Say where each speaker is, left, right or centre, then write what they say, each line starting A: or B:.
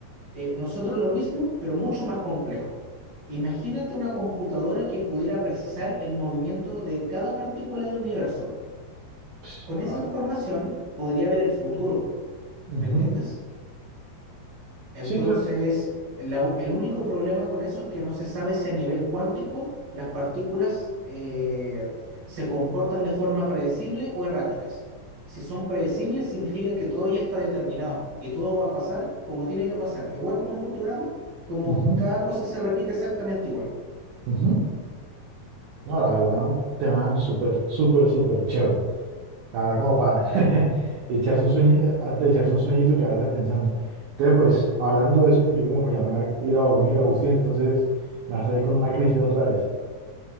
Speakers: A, on the right; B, on the right.
A: eh, nosotros lo mismo, pero mucho más complejo. Imagínate una computadora que pudiera precisar el movimiento de cada partícula del universo.
B: Sí,
A: Con esa
B: Va-
A: información podría ver el futuro,
B: ujú.
A: ¿me entiendes? Entonces,
B: Sí, claro.
A: la- el único problema con eso es que no se sabe si a nivel cuántico las partículas eh, se comportan de forma predecible o erráticas. Si son predecibles, significa que todo ya está determinado y todo va a pasar como tiene que pasar. Igual como en Futurama, como
B: Ujú,
A: cada cosa se repite exactamente igual.
B: ujú. No, la verdad, tema súper, súper, súper chévere. La verdad, como para <laughs> echarse un sueño, antes de echarse un sueñito, quedarse pensando. Entonces, pues, hablando de eso, pues, yo como que ya me voy a ir a dormir, Agustín, entonces me vas a ir con una crisis otra vez.